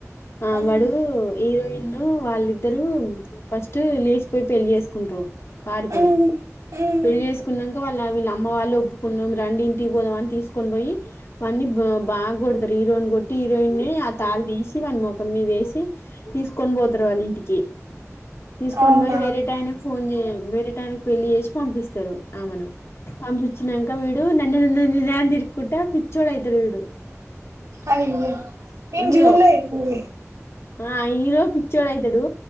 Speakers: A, on the left; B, on the right.
A: ఆ
B: ఉమ్,
A: బడుగు హీరోయిన్ నన్ను వాళ్ళిద్దరు ఫస్ట్ లేచిపోయి పెళ్లి చేసుకుంటరు పారిపోయి
B: ఉమ్, ఉమ్,
A: పెళ్లి చేసుకున్నాక వాళ్ళ వీళ్ళ అమ్మ వాళ్ళు ఒప్పుకున్నాం రండి ఇంటికి పోదా అని తీసుకొని పోయి అన్నీ బాగా కొడతారు హీరోయిన్ కొట్టి హీరోయినే ఆ తాళ తీసి వాన్ మఖం మీద వేసి తీసుకొని పోతారు వాళ్ళు ఇంటికి తీసుకొని
B: అవునా
A: పోయి వేరే టైనే కి ఫోన్ చే వేరే టైంకి పెళ్లి చేసి పంపిస్తారు ఆ మనం పంపించినాక వీడు నన్న నన్న న ని తిరుక్కుంటా పిచ్చోడు అయితాడు వీడు
B: అయ్యో నేను
A: హీరో
B: చూడలే ఈ మూవీ
A: ఆ హీరో చోడ అవుతాడు